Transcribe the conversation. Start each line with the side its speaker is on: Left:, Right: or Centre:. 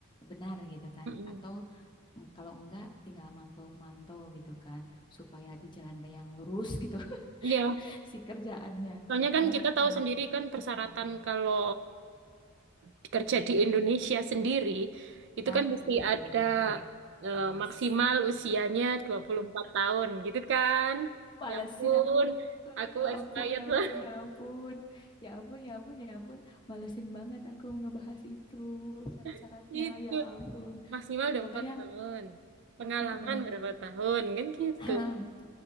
Left: benar gitu kan,
Right: Mm-mm.
Left: atau mm, kalau enggak tinggal mantau-mantau gitu kan, supaya di jalan yang lurus gitu
Right: Iya.
Left: <laughs> si kerjaannya
Right: Soalnya kan
Left: kan,
Right: kita tahu
Left: kalau
Right: sendiri kan persyaratan
Left: Mm.
Right: kalau eh, kerja di Indonesia sendiri itu
Left: nah
Right: kan mesti
Left: itu
Right: ada
Left: dia
Right: eh,
Left: malesin.
Right: maksimal usianya 24 tahun gitu kan.
Left: Malesin
Right: Ya ampun,
Left: aku. Eh,
Right: aku
Left: Ya
Right: expired
Left: ampun, ya ampun,
Right: lah
Left: ya ampun. Ya ampun, ya ampun, ya ampun. Malesin banget aku ngebahas itu syarat-syaratnya.
Right: <laughs> itu.
Left: Ya ampun.
Right: Maksimal udah
Left: Makanya
Right: 4 tahun. Pengalaman
Left: eh, eh,
Right: berapa tahun kan gitu.
Left: <clears throat>